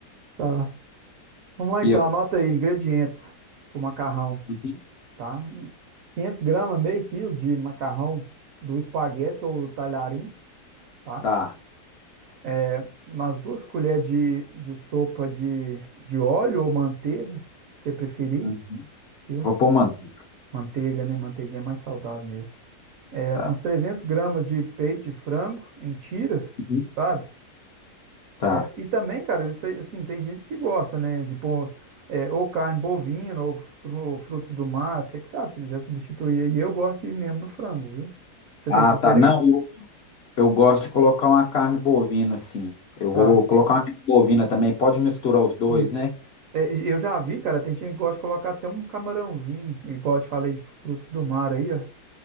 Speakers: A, on the right; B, on the left.
A: Tá. Vamos lá
B: E
A: então,
B: eu.
A: anota aí ingredientes pro macarrão.
B: Uhum,
A: tá? 500 gramas, meio quilo de macarrão do espaguete ou talharim, tá?
B: Tá.
A: É, umas duas colheres de, de sopa de, de óleo ou manteiga, que você preferir,
B: Uhum.
A: viu?
B: Vou pôr manteiga.
A: Manteiga, né? Manteiguinha é mais saudável mesmo. É,
B: Tá.
A: uns 300 gramas de peito de frango em tiras,
B: Uhum.
A: sabe?
B: Tá.
A: E também, cara, isso aí, assim, tem gente que gosta, né? De pôr é, ou carne bovina ou, fru- ou frutos do mar, você que sabe, se quiser substituir aí, eu gosto de ir mesmo no frango, viu? Você
B: Ah,
A: tem preferência?
B: tá. Não, eu, eu gosto de colocar uma carne bovina, sim. Eu
A: Tá,
B: vou colocar uma carne bovina também. Pode misturar os dois,
A: isso.
B: né?
A: É, e Eu já vi, cara, tem gente que gosta de colocar até um camarãozinho, igual eu te falei de frutos do mar aí, ó.